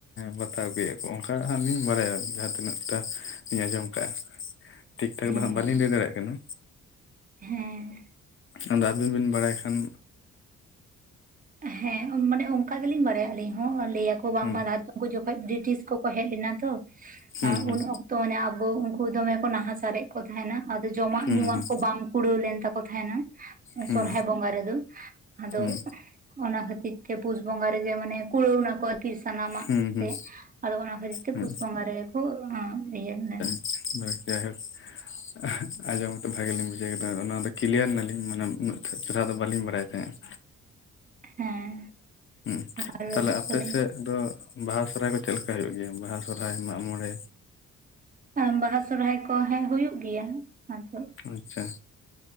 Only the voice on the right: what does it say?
ᱦᱮᱸ
ᱦᱮᱸ
ᱦᱮᱸ ᱢᱟᱱᱮ ᱚᱱᱠᱟ ᱜᱮᱞᱤᱧ ᱵᱟᱲᱟᱭᱟ ᱟᱹᱞᱤᱧ ᱦᱚᱸ ᱞᱟᱹᱭᱟᱠᱚ ᱵᱟᱝᱢᱟ
ᱨᱟᱡᱽ ᱩᱱᱠᱩ ᱡᱚᱠᱷᱚᱡ ᱵᱨᱤᱴᱤᱥ ᱠᱚ ᱠᱚ ᱦᱮᱡ ᱞᱮᱱᱟ ᱛᱚ
ᱩᱱ ᱚᱠᱛᱚ ᱢᱟᱱᱮ ᱟᱵᱚ ᱩᱱᱠᱩ ᱫᱚᱢᱮ ᱠᱚ ᱱᱟᱦᱟᱪᱟᱨᱮᱫ ᱠᱚ ᱛᱟᱦᱮᱸᱱᱟ ᱡᱚᱢᱟᱜ
ᱧᱩᱣᱟᱜ
ᱠᱚ ᱵᱟᱝ ᱠᱩᱲᱟᱹᱣ ᱞᱮᱱ ᱛᱟᱠᱚ ᱛᱟᱦᱮᱱᱟ᱾
ᱥᱚᱦᱨᱟᱭ ᱵᱚᱸᱜᱟ ᱨᱮᱫᱚ ᱟᱫᱚ
ᱚᱱᱟ ᱠᱷᱟᱹᱛᱤᱨ ᱛᱮ ᱯᱩᱥ ᱵᱚᱸᱜᱟ ᱨᱮᱜᱮ ᱢᱟᱱᱮ ᱠᱩᱲᱟᱹᱣ ᱱᱟᱠᱚ᱾ ᱠᱤ ᱥᱟᱱᱟᱢᱟᱜ
ᱛᱮ ᱟᱫᱚ ᱚᱱᱟ ᱠᱷᱟᱹᱛᱤᱨ ᱛᱮ
ᱯᱩᱥ ᱵᱚᱸᱜᱟ ᱨᱮᱜᱮ ᱠᱚ ᱤᱭᱟᱹ ᱞᱮᱱᱟ᱾
ᱦᱮᱸ
ᱟᱨ
ᱪᱮᱫ
ᱠᱚ ᱞᱟᱹᱭᱟ
ᱟ.... ᱵᱟᱦᱟ ᱥᱚᱨᱦᱟᱭ ᱠᱚ ᱦᱮᱸᱜ ᱦᱩᱭᱩᱜ ᱜᱮᱭᱟ ᱟᱫᱚ